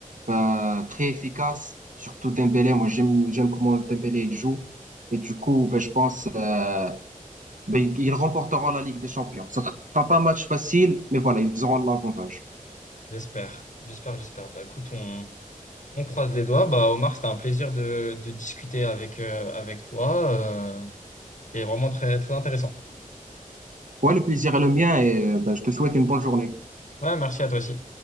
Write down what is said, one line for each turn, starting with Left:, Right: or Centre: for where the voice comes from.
Right: ben, très efficace, surtout Dembélé. Moi, j'aime j'aime comment Dembélé il joue. Et du coup, ben, je pense euh, ben, ils remporteront la Ligue des Champions. Ça sera pas un match facile, mais voilà, ils auront l'avantage.
Left: j'espère. J'espère, j'espère. Bah écoute, on. On croise les doigts. Bah, Omar, c'était un plaisir de, de discuter avec, euh, avec toi. Euh, C'était vraiment très, très intéressant.
Right: Ouais, le plaisir est le mien et euh, ben, je te souhaite une bonne journée.
Left: Ouais, merci à toi aussi.